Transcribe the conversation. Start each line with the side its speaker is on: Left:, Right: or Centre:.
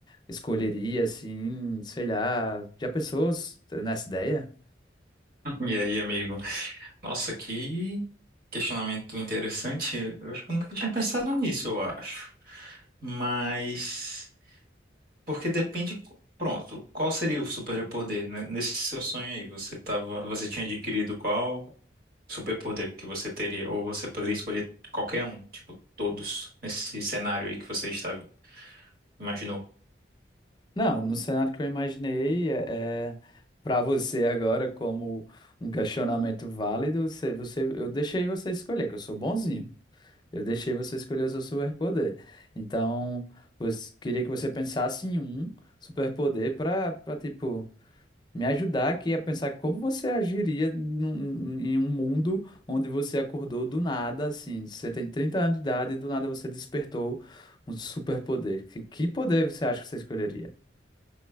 Left: escolheria, assim, sei lá? Já pensou s- nessa ideia?
Right: E aí, amigo? Nossa, que questionamento interessante. Eu acho que eu nunca tinha pensado nisso, eu acho. Mas porque depende, pronto, qual seria o superpoder, né? Nesse seu sonho aí, você tava, você tinha adquirido qual superpoder que você teria ou você poderia escolher qualquer um, tipo todos nesse cenário aí que você estava imaginou?
Left: Não, no cenário que eu imaginei, é, é para você agora, como um questionamento válido, você, você- eu deixei você escolher, que eu sou bonzinho. Eu deixei você escolher o seu superpoder. Então, você, queria que você pensasse em um superpoder para, para, tipo, me ajudar aqui a pensar como você agiria num- num- em um mundo onde você acordou do nada, assim. Você tem 30 anos de idade e do nada você despertou um superpoder. Que, que poder você acha que você escolheria?